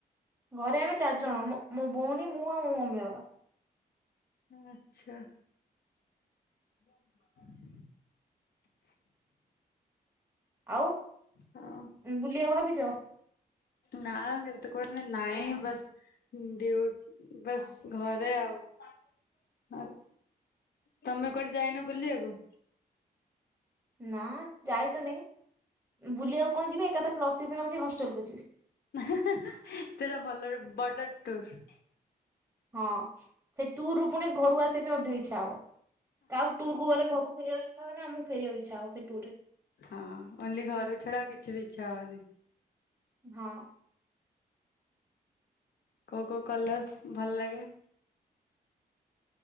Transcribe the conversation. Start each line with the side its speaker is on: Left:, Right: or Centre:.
Right: ଘରେ ଆମେ ଚାରିଜଣ ମୋ ମୋ ଭଉଣୀ ମୁଁ ଆଉ ମୋ ମମି ବାବା।
Left: ହୁଁ ଆଛା। ହ <inaudible>
Right: ଆଉ ଉଁ
Left: ହଁ
Right: ବୁଲିଆକୁ ଭାବିଛ।
Left: ନା ଏବେ ତ କୁଆଡେ ନାଇଁ ବସ୍। ଡି ଉ ଟ୍ ବସ୍ ଘରେ ଆଉ। ତମେ କୁ ଆଡେ ଯାଇନ ବୁଲିଆକୁ।
Right: ନା ଯାଇ ତ ନାଇ ବୁଲିବାକୁ କଁ ଯିବି ଏକାଥାରେ ପ୍ଲସ ଥ୍ରୀ ପାଇଁ ହଉଛି ହଷ୍ଟେଲକୁୁ ଯିବି।
Left: ହେଁ ହେଁ ହେଁ ସେଟା ଭଲ ରେ ବଡ ଟୁର।
Right: ହଁ ସେ ଟୁର୍ ରୁ ପୁଣି ଘରୁକୁ ଆସିବା ପାଇଁ ମଧ୍ୟ ଇଚ୍ଛା ହବ କାହା ଟୁର କୁ ଗଲେ ଘରୁ। ଫେରିବାକୁ ଇଛା ହୁଏନା ଆମକୁ ଫେରିିବାକୁ ଇଛ ହବ ସେ ଟୁ ରେ।
Left: ହଁ ଓନ୍ଲି ଘର କୁ ଛଡା ଆଉ କିଛି ବି ଇଚ୍ଛା ହବନି।
Right: ହଁ।
Left: କୋ ଉ କୋଉ କଲର ଭଲ ଲାଗେ।